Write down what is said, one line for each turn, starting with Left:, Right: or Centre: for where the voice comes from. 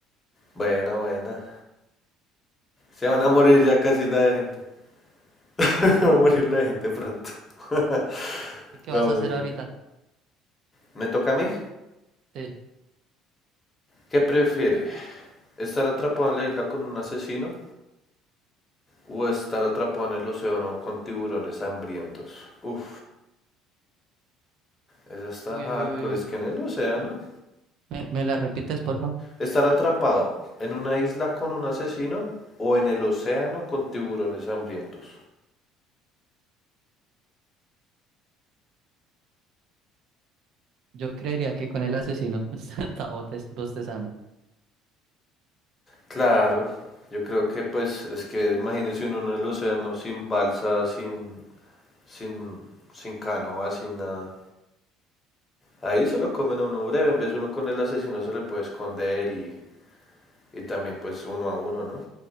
Left: Buena, buena. Se van a morir ya casi la de gente. <laughs> Va a morir la de gente pronto. <laughs>
Right: ¿Y qué
Left: No,
Right: vas a
Left: mentira.
Right: hacer ahorita?
Left: ¿Me toca a mí?
Right: Te-
Left: ¿Qué prefiere? ¿Estar atrapado en la isla con un asesino? ¿O estar atrapado en el océano con tiburones hambrientos? Uf. Esa está
Right: Uy,
Left: hardcore.
Right: uy, uy, uy.
Left: Es que en el océano,
Right: ¿Me, me la repites, por favor?
Left: estar atrapado en una isla con un asesino o en el océano con tiburones hambrientos.
Right: Yo creería que con el asesino <laughs> está está botes- bostezando.
Left: Claro, yo creo que pues es que imagínese uno en el océano sin balsa, sin, sin, sin canoa, sin nada. Ahí se lo comen a uno breve, en vez de uno con el asesino se le puede esconder y, y también pues uno a uno, ¿no?